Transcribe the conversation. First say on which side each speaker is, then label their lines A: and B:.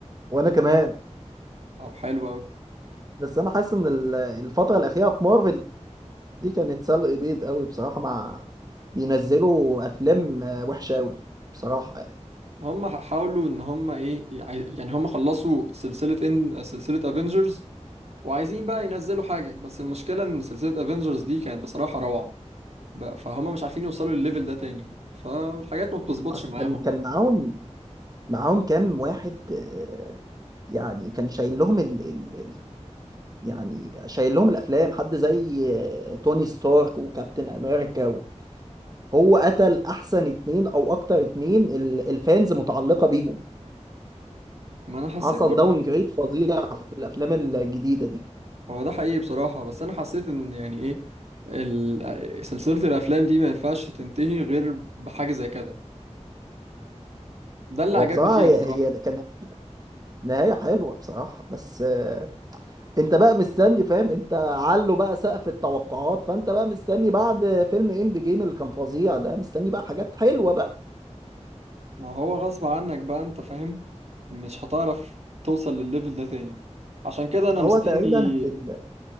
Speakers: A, on the right (about 30°); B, on the right (about 65°).
A: وانا كمان
B: طب حلو قوي
A: بس انا حاسس ان ال- الفتره الاخيره في مارفل دي كانت سلق بيض قوي بصراحه مع بينزلوا افلام آه، وحشه قوي بصراحه يعني
B: هم ح- حاولوا ان هم ايه يع- يعني هم خلصوا سلسله ان سلسله افنجرز وعايزين بقى ينزلوا حاجه بس المشكله ان سلسله افنجرز دي كانت بصراحه روعه بقى فهم مش عارفين يوصلوا للليفل ده تاني فالحاجات ما بتظبطش
A: اصلا
B: معاهم
A: كان معاهم معاهم كام واحد آه، يعني كان شايل لهم ال... ال... ال... يعني شايل لهم الافلام حد زي آه، توني ستارك وكابتن امريكا و... هو قتل احسن اتنين او اكتر اتنين ال- الفانز متعلقه بيهم
B: ما انا حسيت
A: فحصل
B: برضو
A: داون جريد فظيع في الافلام الجديده دي
B: هو ده حقيقي بصراحه بس انا حسيت ان يعني ايه ال- سلسله الافلام دي ما ينفعش تنتهي غير بحاجه زي كده ده اللي
A: هو
B: عجبني
A: بصراحة
B: فيها
A: هي
B: بصراحه
A: هي كان نهاية حلوة بصراحة بس آه، انت بقى مستني فاهم انت علو بقى سقف التوقعات فانت بقى مستني بعد فيلم اند جيم اللي كان فظيع ده مستني بقى حاجات حلوة بقى
B: ما هو غصب عنك بقى انت فاهم مش هتعرف توصل للليفل ده تاني عشان كده انا
A: هو
B: مستني
A: تقريبا في ال...